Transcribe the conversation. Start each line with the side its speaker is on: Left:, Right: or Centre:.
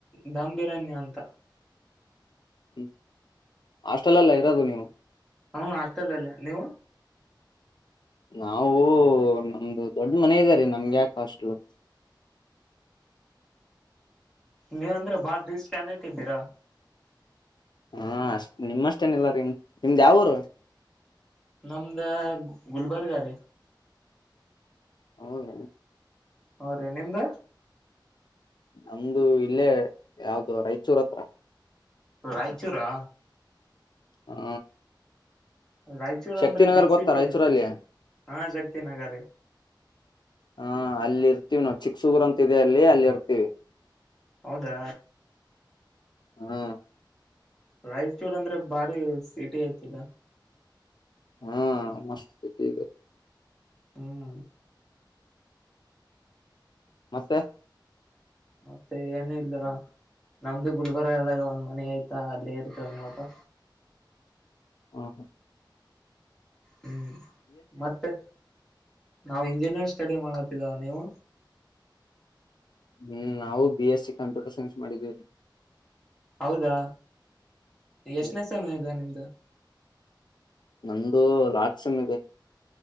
Centre: ಧಾಮ್ ಬಿರನ್ಯ ಅಂತ
Left: ಹ್ಮ್ ಆಸ್ಟೆಲ್ಲ್ಲ ಇರೋದು ನೀವು
Centre: ಹ ಆತಲ್ಲ ಅಲ್ಲ ನೀವು
Left: ನಾವವು ನಮ್ದು ದೊಡ್ಡ ಮನೆ ಇದ್ದಾರಿ ನಮ್ಗೆ ಯಾಕ ಅಷ್ಟಲು
Centre: ನೀವ ಅಂದ್ರೆ ಬಾಳ ರೀಸ್ ಸ್ಟಾಂಡ್ ಇದೀರಾ
Left: ಹಾ ಅಷ್ಟ ನಿಮ್ಮಷ್ಟೇನ ಇಲ್ಲ ರೀ ನಿಮ್ದ್ ಯಾವರು
Centre: ನಮ್ದ ಗುಲ್ಬರ್ಗ ರೀ
Left: ಹೌದ
Centre: ಹ್ರೀ ನಿಮ್ದ
Left: ನಮ್ದು ಇಲ್ಲೇ ಯಾವ್ದು ರಾಯಚೂರ್ ಹತ್ರ
Centre: ರಾಯಚೂರಾ
Left: ಹ್ಮ
Centre: ರಾಯಚೂರ್
Left: ಶಕ್ತಿನಗರ್
Centre: ಅಂದ್ರೆ ಬಿಗ್
Left: ಗೊತ್ತಾ
Centre: ಸಿಟಿ
Left: ರಾಯಚೂರಲ್ಲಿ
Centre: ಆಯ್ತಾ
Left: ಹ
Centre: ಹಾ ಶಕ್ತಿ ನಗರೀ.
Left: ಹಾ ಅಲ್ಲಿ ಇರ್ತೀವಿ ನಾವ್ ಚಿಕ್ಸುಗುರ್ ಅಂತ ಇದೆ ಅಲ್ಲಿ ಅಲ್ಲಿ ಇರ್ತೀವಿ
Centre: ಹೌದಾ
Left: ಹಾ
Centre: ರಾಯಚೂರ್ ಅಂದ್ರೆ ಬಾರಿ ಸಿಟಿ ಆಯ್ತಲ್ಲಾ
Left: ಹಾ ಮಸ್ತ್ ಸಿಟ ಇದೆ
Centre: ಹ್ಮ್
Left: ಮತ್ತೆ
Centre: ಮತ್ತೆ ಏನ ಇಲ್ದರಾ ನಮ್ದು ಗುಲ್ಬರ್ಗ ದಾಗ ಒಂದ್ ಮನೆ ಆಯ್ತ ಅಲ್ಲೇ ಇರ್ತೇವ ನಾವು.
Left: ಹ ಹು
Centre: ಹ್ಮ್ ಮತ್ತೆ ನಾವು ಇಂಜಿನಿಯರ್ ಸ್ಟಡಿ ಮಾಡಕತಿದ ನೀವು.
Left: ಹ್ಮ್ ನಾವು B S C computer science ಮಾಡಿದೀವ್ರಿ.
Centre: ಹೌದಾ ಎಷ್ಟನೇ
Left: ಹ್ಮ್
Centre: ಸೆಮ್ ಇದ ನಿಮ್ದು.
Left: ನಮ್ದು ಲಾಸ್ಟ್ ಸೆಮ್ ಇದೆ.